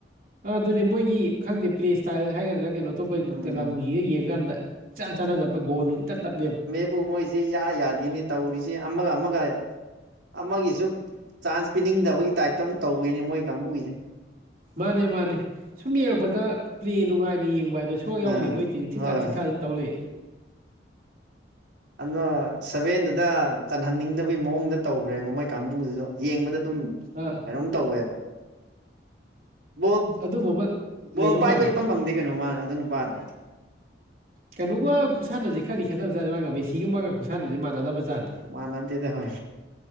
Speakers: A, on the right (about 50°); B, on the right (about 80°).
A: ꯑꯥ ꯑꯗꯨꯅꯦ ꯃꯣꯏꯒꯤ ꯈꯪꯗꯦ ꯄ꯭ꯂꯦ ꯁ꯭ꯇꯥꯏꯜ ꯍꯥꯏꯒꯗ꯭ꯔꯥ ꯀꯩꯅꯣ ꯑꯇꯣꯞꯄ
B: ꯎꯝ
A: ꯂꯝꯒꯤꯒ ꯍꯦꯛ ꯌꯦꯡꯀꯥꯟꯗ ꯏꯆꯥꯟ ꯆꯥꯟꯅꯗꯕ ꯒꯣꯜ ꯅꯨꯡ ꯏꯇꯠ ꯇꯠꯂꯦꯕ
B: ꯑꯗꯨꯕꯨ ꯃꯣꯏꯁꯤ ꯏꯌꯥ ꯌꯥꯗꯦꯅꯦ ꯇꯧꯔꯤꯁꯤ ꯑꯃꯒ ꯑꯃꯒ ꯑꯃꯒꯤꯁꯨ ꯆꯥꯟꯁ ꯄꯤꯅꯤꯡꯗꯕꯒꯤ ꯇꯥꯏꯞꯇ ꯑꯃꯨꯛ ꯇꯧꯋꯦꯅꯦ ꯃꯣꯏ ꯀꯥꯡꯕꯨꯒꯤꯁꯦ
A: ꯃꯥꯅꯦ ꯃꯥꯅꯦ ꯁꯨꯝ ꯌꯦꯡꯉꯛꯄꯗ ꯄ꯭ꯂꯦ ꯅꯨꯡꯉꯥꯏꯅ ꯌꯦꯡꯕ ꯍꯥꯏꯗꯣ ꯁꯣꯛ ꯌꯥꯎꯗꯦ
B: ꯑꯥ
A: ꯃꯣꯏ ꯇꯤꯝꯖꯦ ꯊꯤꯠ
B: ꯍꯣꯏ
A: ꯊꯥꯠ ꯊꯤꯠ ꯊꯥ ꯑꯗꯨꯝ ꯇꯧ ꯂꯩ
B: ꯑꯗꯣ ꯁꯚꯦꯟꯗꯨꯗ ꯆꯜꯍꯟꯅꯤꯡꯗꯕꯒꯤ ꯃꯑꯣꯡꯗ ꯇꯧꯈ꯭ꯔꯦꯕ ꯃꯣꯏ ꯀꯥꯡꯕꯨꯗꯨꯁꯨ ꯌꯦꯡꯕꯗ ꯑꯗꯨꯝ
A: ꯑ
B: ꯀꯩꯅꯣꯝ ꯇꯧꯋꯦꯕ ꯕꯣꯜ
A: ꯑꯗꯨꯝꯕ ꯑꯃ ꯂꯩꯕ
B: ꯕꯣꯜ ꯄꯥꯏꯕ
A: ꯃꯥꯜꯂꯦ
B: ꯏꯐꯪ ꯐꯪꯗꯦ ꯀꯩꯅꯣꯃꯥ ꯑꯗꯨ ꯅꯨꯄꯥꯗꯣ
A: ꯀꯩꯅꯣꯒ ꯈꯨꯠꯁꯥꯟꯅꯁꯤ ꯈꯔꯗꯤ ꯈꯦꯠꯅꯕꯖꯥꯠꯅꯤ ꯃꯥꯒ ꯃꯦꯁꯤꯒ ꯃꯥꯒ ꯈꯨꯠꯁꯥꯟꯅꯁꯤ ꯃꯥꯟꯅꯗꯕ ꯖꯥꯠꯅꯤ
B: ꯃꯥꯟꯅꯗꯦꯗ ꯍꯣꯏ